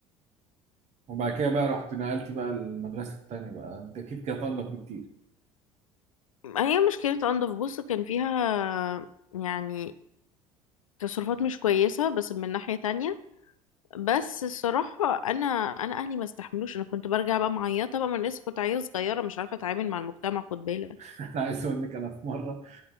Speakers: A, on the right; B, on the left.
A: وبعد كده بقى رحت نقلتي بقى المدرسة التانية بقى انت اكيد كانت انضف بكتير
B: ما هي مش كانت انضف بص كان فيها يعني تصرفات مش كويسة بس من ناحية تانية بس الصراحة أنا أنا أهلي ما استحملوش أنا كنت برجع بقى معيطة بقى من لسه كنت عيلة صغيرة مش عارفة أتعامل مع المجتمع خد بالك
A: <laughs> انا عايز اقول لك انا في مرة